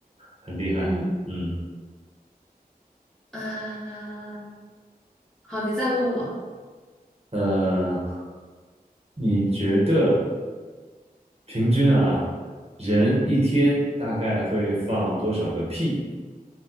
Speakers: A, on the right (about 40°); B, in the centre.
A: 很厉害。
B: 嗯，
A: 嗯。
B: 啊，好，你再问我
A: 呃，你觉得平均啊，人一天大概会放多少个屁